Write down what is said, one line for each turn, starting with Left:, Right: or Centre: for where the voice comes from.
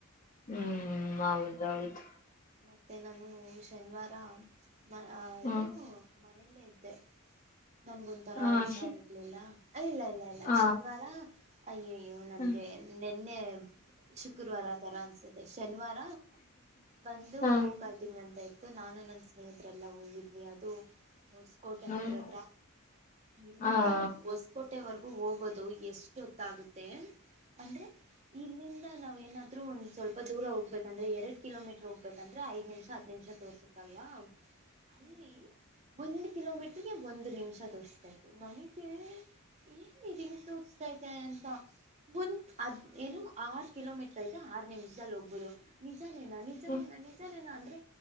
Left: ಹ್ಮ್ ಹೌದೌದು
Right: ಮತ್ತು ನಾನು ಶನಿವಾರ ಮ
Left: ಹ್ಮ
Right: ಇದು ಮನೆಯಲ್ಲೇ ಇದ್ದೆ ನನ್ಗುಂಂತರ
Left: ಹ
Right: ಹುಷಾರ್ರ್ಲಿಲ್ಲ
Left: ಶ
Right: ಇಲ್ಲ ಇಲ್ಲ ಇಲ್ಲ
Left: ಹ
Right: ಶನಿವಾರ ಅಯ್ಯಯ್ಯೋ ನನ್ಗೆ
Left: ಹ ಹ್ಮ್
Right: ಮೊನ್ನೆ ಶುಕ್ರವಾರ ತರ ಅನ್ಸುತ್ತೆ ಶನಿವಾರ ಬಂದು
Left: ಹ
Right: ಗೋಕತ ಅಂತ ಇತ್ತು ನಾನು ನನ್ನ ಸ್ನೇಹಿತರೆಲ್ಲ ಹೋಗಿದ್ವಿ ಅದು ಹೊಸಕೋಟೆ
Left: ಹ್ಮ್
Right: ಹತ್ರತ್ರ ಇಲ್ಲಿಂದ
Left: ಹ್ಮ್ ಹ
Right: ಹೊಸಕೋಟೆವರ್ಗ ಹೋಗೋದು ಎಷ್ಟು ಹೊತ್ತಾಗುತ್ತೆ ಅಂದ್ರೆ ಇಲ್ಲಿಂದ ನಾವ್ ಏನಾದ್ೂ ಒಂದ್ ಸ್ವಲ್ಪ ದೂರ ಹೋಗ್ಬೇಕು ಅಂದ್ರ ಎರಡ್ ಕಿೋಮೀಟರ್ ಹೋಗಬೇಕಂದ್ರೆ ಐದು ನಿಮಿ ಹ ನಿಮಿಷ ತೋರ್ಬೇಕೆ ಲ್ವಾ ಅಲ್ಲಿ ಒಂದ ಕಿಲೋಮೀಟ್ರಗೆ ಒಂದು ನಿಮಿಷ ತೋರಿಸ್ತಾ ಇತ್ತು ನನಗೆ ಏನ್ ಇದನ್ ಸೂರಿಸ್ತಾೈತೆ ಅಂತ ಮುಂದತ್ ಅದ್ ಏನು ಆರ್ ಕಿಲೋಮೀಟರ್ ಐತ ಆರು ನಿಮಿಷದಲ್ಲಿ ಹೋಗ್ಬೋದು ನಿಜನೇನ ನಿಜನೇನ
Left: ಹ್ಮ್
Right: ನಿಜನೇನ ಅಂದ್ರೆ